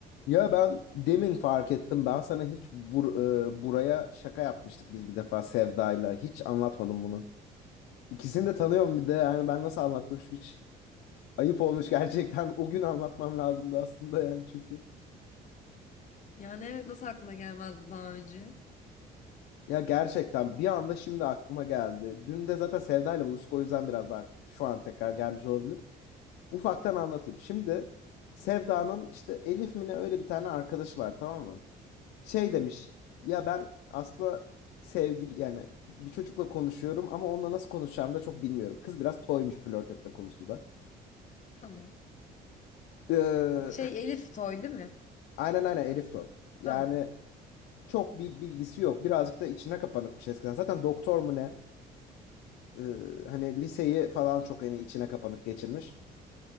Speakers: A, on the left; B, on the left.
A: Ya ben demin fark ettim. Ben sana hiç bur e, buraya şaka yapmıştık biz bir defa Sevda'yla. Hiç anlatmadım bunu. İkisini de tanıyorum bir de. Yani ben nasıl anlatmış hiç ayıp olmuş gerçekten. O gün anlatmam lazımdı aslında yani çünkü.
B: Yani evet nasıl aklına gelmez bu daha önce?
A: Ya gerçekten bir anda şimdi aklıma geldi. Dün de zaten Sevda'yla buluştuk o yüzden biraz daha şu an tekrar gelmiş olabilir. Ufaktan anlatayım. Şimdi Sevda'nın işte Elif mi ne öyle bir tane arkadaşı var tamam mı? şey demiş ya ben aslında sevgili yani bir çocukla konuşuyorum ama onunla nasıl konuşacağımı da çok bilmiyorum. Kız biraz toymuş flört etme konusunda.
B: Tamam.
A: Ee,
B: Şey
A: <laughs>
B: Elif Toy değil mi?
A: aynen aynen Elif Toy. Yani
B: Tamam.
A: çok bir bilgisi yok. Birazcık da içine kapanıkmış eskiden. Zaten doktor mu ne? Ee, hani liseyi falan çok hani içine kapanık geçirmiş.